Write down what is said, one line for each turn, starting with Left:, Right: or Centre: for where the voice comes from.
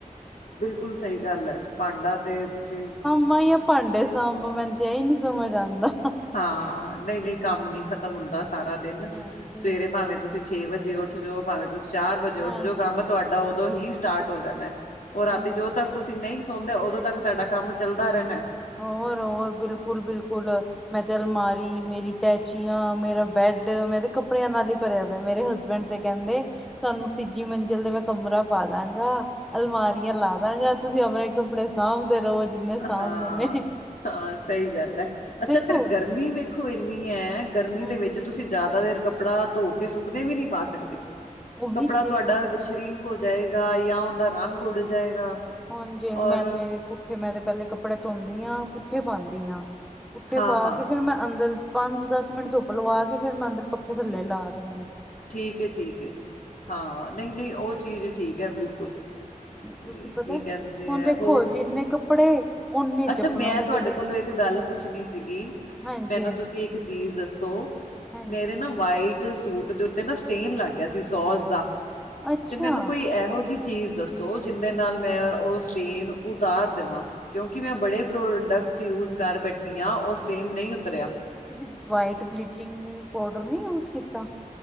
Left: ਬਿਲਕੁਲ ਸਹੀ ਗੱਲ ਹੈ ਭਾਂਡਾ ਤੇ ਤੁਸੀਂ
Centre: <unintelligible> ਆਈ ਆ ਭਾਂਡੇ ਸਾਂਭ ਮੈਨ ਤੇ ਇਹੀ ਨੀ ਸਮਝ ਆਂਦਾ।
Left: ਹਾਂ, ਨਹੀਂ ਨਹੀਂ ਕੰਮ ਨੀ ਖਤਮ ਹੁੰਦਾ ਸਾਰਾ ਦਿਨ,
Centre: ਹਾਂਜੀ
Left: ਸਵੇਰੇ ਭਾਵੇ ਤੁਸੀਂ ਛੇ ਵਜੇ ਉੱਠ ਜੋ, ਭਾਵੇਂ ਤੁਸੀਂ ਚਾਰ ਵਜੇ
Centre: ਹਾਂਜੀ
Left: ਉੱਠ ਜੋ ਕੰਮ ਤੁਹਾਡਾ ਉਦੋਂ ਹੀ ਸਟਾਰਟ ਹੋ ਜਾਂਨੇ। ਉਹ
Centre: ਉਹੀ
Left: ਰਾਤੀ ਜਦੋਂ ਤੱਕ ਤੁਸੀਂ ਨਹੀਂ ਸੌਦੇ ਉਦੋਂ ਤੱਕ ਤੁਹਾਡਾ ਕੰਮ ਚੱਲਦਾ ਰਹਿਣੇ।
Centre: ਹੋਰ ਹੋਰ, ਬਿਲਕੁਲ ਬਿਲਕੁਲ, ਮੈਂ ਤੇ ਅਲਮਾਰੀ ਮੇਰੀ ਟੈਚ ਚੀਆਂ ਮੇਰਾ ਬੈਡ, ਮੈਂ ਤੇ ਕੱਪੜਿਆਂ ਨਾਲ ਹੀ ਭਰਿਆ ਦੇ ਮੇਰੇ ਹਸਬੈਂਡ ਤੇ ਕਹਿੰਦੇ। ਤੁਹਾਨੂੰ ਤੀਜੀ ਮੰਜ਼ਿਲ ਤੇ ਮੈਂ ਕਮਰਾ ਪਾ ਦਾਂਗਾ। ਅਲਮਾਰੀਆਂ ਲਾ ਦਾਂਗਾ, ਤੁਸੀਂ ਅਪਨੇ ਕੱਪੜੇ ਸਾਂਭਦੇ ਰਹੋ ਜਿੰਨੇ ਸਾਂਭਣੇ
Left: ਹਾਂ,
Centre: ਨੇ।
Left: ਹਾਂ, ਸਹੀ ਗੱਲ ਹੈ। ਅੱਛਾ
Centre: ਦੇਖੋ
Left: ਫਿਰ ਗਰਮੀ ਵੇਖੋ ਏਨੀ ਹੈ ਗਰਮੀ
Centre: ਹਾਂਜੀ
Left: ਦੇ ਵਿੱਚ ਤੁਸੀਂ ਜ਼ਿਆਦਾ ਦੇਰ ਕੱਪੜਾ ਧੋ ਕੇ ਸੁੱਕਨੇ ਵੀ ਨੀ ਪਾ ਸਕਦੇ,
Centre: ਉਹੀ
Left: ਕੱਪੜਾ
Centre: ਤੇ
Left: ਤੁਹਾਡਾ ਸ਼ਰੀ ਕੀ ਹੋ ਜਾਏਗਾ, ਯਾ ਉਹਦਾ ਰੰਗ ਉੱਡ ਜਾਏਗਾ।
Centre: ਹਾਂਜੀ
Left: ਔਰ
Centre: ਮੈਂ ਤੇ ਪੁੱਠੇ ਮੈਂ ਤੇ ਪੈਲੇ ਕੱਪੜੇ ਧੋਂਦੀ ਆਂ ਪੁੱਠੇ ਪਾਂਦੀ ਆਂ। ਪੁਠੇ
Left: ਹਾਂ-ਹਾਂ
Centre: ਪਾ ਕੇ ਫਿਰ ਮੈਂ ਅੰਦਰ ਪੰਜ ਦਸ ਮਿੰਟ ਧੁੱਪ ਲਵਾ ਕੇ ਫਿਰ ਮੈਂ ਅੰਦਰ ਪੱਖੇ ਥੱਲੇ ਲਾ ਦਿੰਦੀ ਆਂ।
Left: ਠੀਕ ਏ ਠੀਕ ਏ ਹਾਂ ਨਈ-ਨਈ ਓ ਚੀਜ਼ ਠੀਕ ਏ ਬਿਲਕੁਲ
Centre: ਕਿਉਂਕਿ
Left: ਤੇ
Centre: ਪਤਾ
Left: ਕੀ ਕੈਂਦੇ
Centre: ਹੁਣ
Left: ਆ
Centre: ਦੇਖੋ
Left: ਹੋਰ
Centre: ਜਿੰਨੇ ਕੱਪੜੇ ਓਨੇ
Left: ਅੱਛਾ
Centre: ਚੱਪਲਾਂ
Left: ਮੈਂ
Centre: ਦੇ
Left: ਤੁਹਾਡੇ
Centre: ਜੋੜੇ
Left: ਕੋਲੋਂ ਇੱਕ ਗੱਲ ਪੁੱਛਣੀ ਸੀਗੀ
Centre: ਹਾਂਜੀ
Left: ਮੈਨੂੰ
Centre: ਹਾਂਜੀ
Left: ਤੁਸੀਂ ਇੱਕ ਚੀਜ਼ ਦੱਸੋ
Centre: ਹਾਂਜੀ
Left: ਮੇਰੇ ਨਾ ਵਾਈਟ ਸੂਟ ਦੇ ਉੱਤੇ ਨਾ ਸਟੇਨ ਲੱਗ ਗਿਆ ਸੀ ਸੋਜ ਦਾ
Centre: ਅੱਛਾ
Left: ਤੇ ਮੈਨੂੰ ਕੋਈ ਇਹੋ ਜਿਹੀ ਚੀਜ਼ ਦੱਸੋ। ਤੋ ਜਿੰਦੇ ਨਾਲ ਮੈਂ ਓ ਸਟੇਨ ਉਤਾਰ ਦੇਵਾਂ। ਕਿਉਂਕਿ ਮੈਂ ਬੜੇ ਪ੍ਰੋਡਕਟਸ ਯੂਜ ਕਰ ਬੈਠੀ ਹਾਂ ਓ ਸਟੇਮ ਨਈ ਉਤਰਿਆਂ।
Centre: ਤੁਸੀਂ ਵਾਈਟ ਬਲੀਚਿੰਗ ਪਾਊਡਰ ਨਈ ਯੂਜ ਕੀਤਾ।